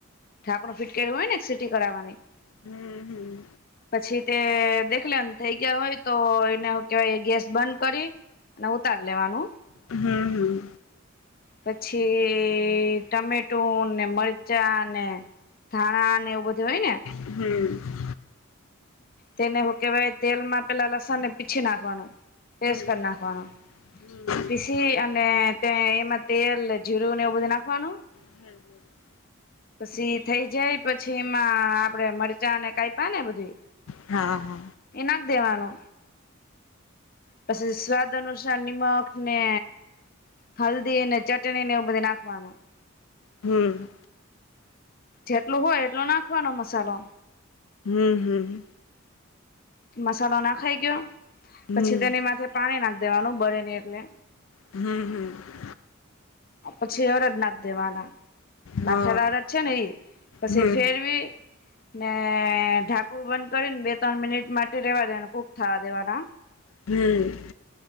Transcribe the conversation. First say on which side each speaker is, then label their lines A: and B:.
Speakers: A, on the left; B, on the left.
A: ઢાંકણું ફીટ કર્યું હોય ને સિટી કરાવવાની.
B: હમ્મ હમ્મ.
A: પછી તે દેખ લેવાનું થઈ ગયા હોય એને હું કેવાય ગેસ બંધ કરી ને ઉતાર લેવાનું.
B: હમ્મ હમ્મ.
A: પછી ટમેટું ને મરચાં ને ધાણા ને એવું બ કેવાય ને
B: હમ્મ.
A: તેને હું કેહેવાય તેલમાં પેલા લસણ ને પીછી નાખવાનું. પેસ્ટ કર
B: હમ
A: નાખવાનુ
B: હમ
A: પીસ તી અને તે એમાં તેલ ને જીરું ને એવું બધું નાખવાનું
B: <unintelligible>
A: પછી થઈ જાય પછી એમાં આપડે મરચાંને કાઈપા ને બધી
B: હા.
A: એ નાખ દેવાનો. પછી સ્વાદ અનુસાર નિમક ને હલ્દી અને ચટણી ને એવું બધું નાખવાનું.
B: હમ્મ.
A: જેટલું હોય એટલો નાખવાનો મસાલો.
B: હમ્મ, હમ્મ.
A: મસાલો નાખાઈ ગયો પછી
B: હમ
A: તેની માથે પાણી નાખ દેવાનું બળે ની એટલે.
B: હમ્મ હમ્મ.
A: પછી અરદ નાખ દેવાના. બફેલા
B: હા
A: અરદ છે ને ઈ પછી
B: હમ
A: ફેરવી ને ઢાંકણું બંધ કરીને બે ત્રણ મિનિટ માટે રેવા દેવાને કૂક થવા દેવાના.
B: હમ્મ.